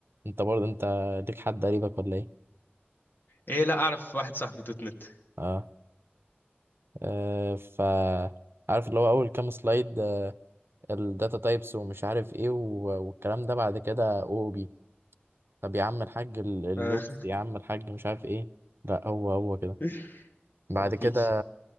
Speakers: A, on the right; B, on the left.
A: انت برضه انت ليك حد قريبك ولا ايه
B: ايه لا اعرف واحد صاحبي دوت نت
A: اه, آه ف عارف اللي هو اول كام سلايد آه، الداتا تايبس ومش عارف ايه و- والكلام ده بعد كده او بي طب يا عم الحاج ال- اللوبس
B: اه
A: يا عم الحاج مش عارف ايه لا هو هو كده
B: <laughs>
A: بعد
B: مفيش
A: كده